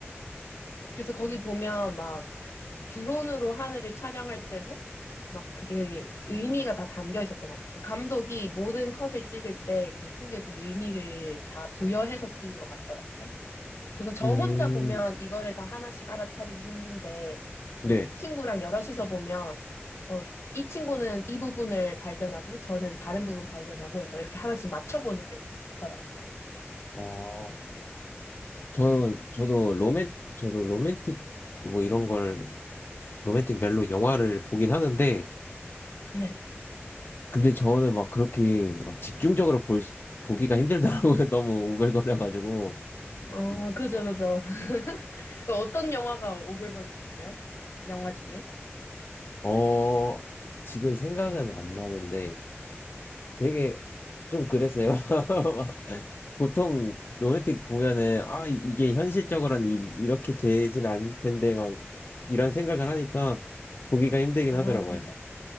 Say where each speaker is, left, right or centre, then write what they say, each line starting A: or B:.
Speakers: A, on the left; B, on the left.
A: 그래서 거기 보면 막 드론으로 하늘을 촬영할 때도 막 그게 되게 의미가 다 담겨 있었던 것 같아요. 감독이 모든 컷을 찍을 때 그 숨겨진 의미를 다 부여해서 찍은 것 같더라고요. 그래서 저
B: 음,
A: 혼자 보면 이거를 다 하나씩 알아차리기 힘든데
B: 네.
A: 이제 친구랑 여럿이서 보면 어, 이 친구는 이 부분을 발견하고 저는 다른 부분 발견하고 해서 이렇게 하나씩 맞춰보는 게 되게 좋더라고요.
B: 어, 저, 저도 로맨, 저도 로맨틱, 뭐 이런 걸, 로맨틱 멜로 영화를 보긴 하는데,
A: 네.
B: 근데 저는 막 그렇게 막 집중적으로 볼, 수- 보기가 힘들더라고요. <laughs> 너무 오글거려가지고.
A: 어, 그죠, 그죠. <laughs> 어떤 영화가 오글거리셨어요? 영화 중에?
B: 어, 지금 생각은 안 나는데 되게 좀 그랬어요. <laughs> 보통 로맨틱 보면은 아, 이- 이게 현실적으로는 이, 이렇게 되진 않을 텐데 막 이런 생각을 하니까 보기가 힘들긴
A: 아,
B: 하더라고요.
A: 그죠.